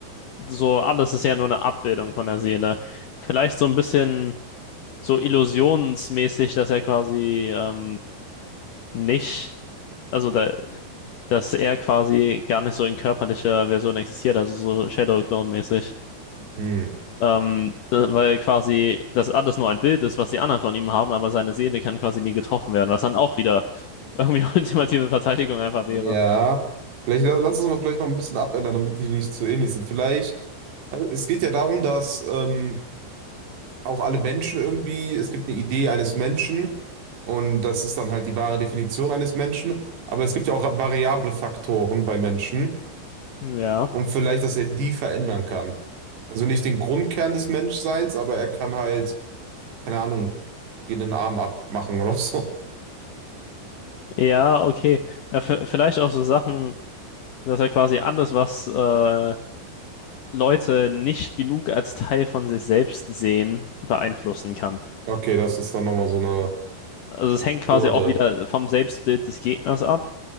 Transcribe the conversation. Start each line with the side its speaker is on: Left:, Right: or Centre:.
Left: so alles ist ja nur eine Abbildung von der Seele. Vielleicht so ein bisschen so illusionsmäßig, dass er quasi ähm, nicht, also da, dass er quasi gar nicht so in körperlicher Version existiert, also so Shadow Clone-mäßig.
Right: Hm.
Left: Ähm, da- weil quasi das alles nur ein Bild ist, was die anderen von ihm haben, aber seine Seele kann quasi nie getroffen werden, was dann auch wieder irgendwie <laughs> ultimative Verteidigung einfach
Right: Ja.
Left: wäre.
Right: Vielleicht la- lass uns mal vielleicht noch ein bisschen abändern, damit die nicht so ähnlich sind. Vielleicht, also es geht ja darum, dass ähm, auch alle Menschen irgendwie, es gibt eine Idee eines Menschen und das ist dann halt die wahre Definition eines Menschen, aber es gibt ja auch variable Faktoren bei Menschen
Left: Ja,
Right: und vielleicht, dass er die verändern kann. Also nicht den Grundkern des Menschseins, aber er kann halt, keine Ahnung, dir den Arm abmachen oder <laughs> so.
Left: ja, okay. Ja, v- vielleicht auch so Sachen, dass er quasi alles, was äh, Leute nicht genug als Teil von sich selbst sehen, beeinflussen kann.
Right: Okay, das ist dann nochmal so eine
Left: Also es hängt quasi
Right: Hürde.
Left: auch wieder vom Selbstbild des Gegners ab,